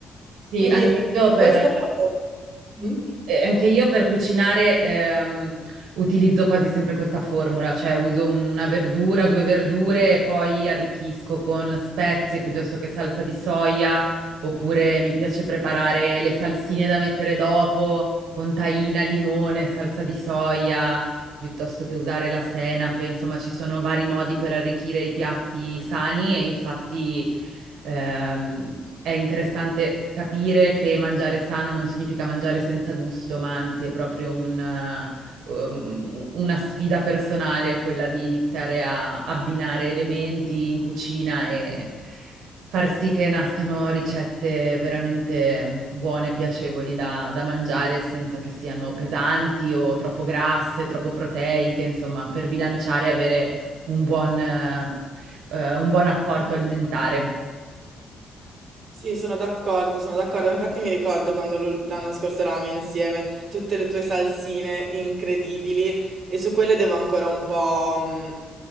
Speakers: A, on the right (about 80°); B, on the right (about 45°).
A: Sì,
B: Quindi
A: anche io
B: questo...
A: per,
B: Mm?
A: Eh, Anche io per cucinare ehm, utilizzo quasi sempre questa formula, cioè uso una verdura, due verdure e poi arricchisco con spezie piuttosto che salsa di soia, oppure mi piace preparare le salsine da mettere dopo con tahina, limone, salsa di soia, piuttosto che usare la senape, insomma ci sono vari modi per arricchire i piatti sani e infatti Ehm, è interessante capire che mangiare sano non significa mangiare senza gusto, ma anzi è proprio un, eh, um, una sfida personale quella di iniziare a abbinare elementi in cucina e far sì che nascano ricette veramente buone, piacevoli da, da mangiare senza che siano pesanti o troppo grasse, troppo proteiche, insomma, per bilanciare e avere un buon, eh, eh, un buon apporto alimentare.
B: Sì, sono d'accordo, sono d'accordo. Infatti mi ricordo quando ru- l'anno scorso eravamo insieme, tutte le tue salsine incredibili e su quelle devo ancora un po', mh,